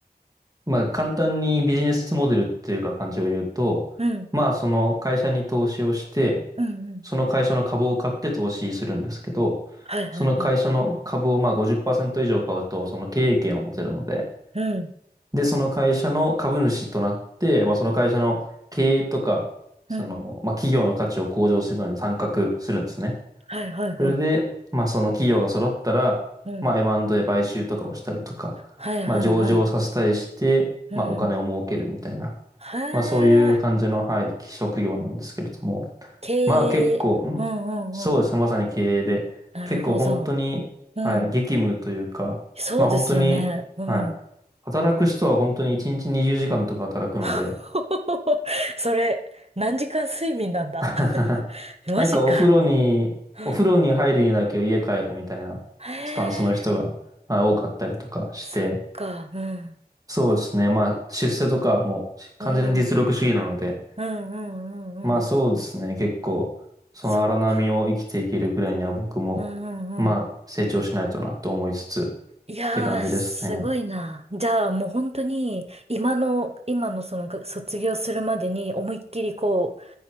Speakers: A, on the right; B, on the right.
A: まあ簡単にビジネスモデルっていうか感じを言うと、
B: うん。
A: まあその会社に投資をして、
B: うんうん。
A: その会社の株を買って投資するんですけど、
B: はいはいはい。
A: その会社の株をまあ50%以上買うと、その経営権を持てるので、
B: うん。
A: で、その会社の株主となって、まあ、その会社の経営とか、その、
B: うん。
A: まあ、企業の価値を向上するのに参画するんですね。
B: はいはいはい。
A: それで、まあ、その企業が揃ったら、
B: うん。
A: まあ、エムアンドで買収とかをしたりとか、
B: はいはいはい。
A: まあ、上場させたりして、
B: うん。
A: まあ、お金を儲けるみたいな。
B: へ
A: まあそういう感じの、
B: え。
A: はい、職業なんですけれども、
B: 経営。
A: まあ結構、んそうですね、
B: うんうんうん。
A: まさに経営で、
B: なるほど。
A: 結構本当に、
B: うん。
A: はい、激務というか、
B: そうですよね。
A: まあ本当に、
B: うん。
A: はい、働く人は本当に1日20時間とか働くので、
B: <laughs> それ、何時間睡眠なんだ
A: <laughs>
B: <laughs> マジか。
A: なんかお風呂に、
B: うん
A: お風呂に入るにだけ家帰るみたいなスタンスの人が、
B: へえ、
A: はい、多かったりとかして、
B: そっか。うん。
A: そうですね、まあ出世とかもう完全に実力主義なので、
B: うん。うんうんうんうん。
A: まあそうですね。結構、その荒波を生きていけるぐらいには僕も、
B: そっか。うんうんうん。
A: まあ成長しないとなと思いつつっ
B: いやー、
A: て感じですね。
B: すごいな。じゃあもう本当に、今の、今のそのが卒業するまでに思いっきりこ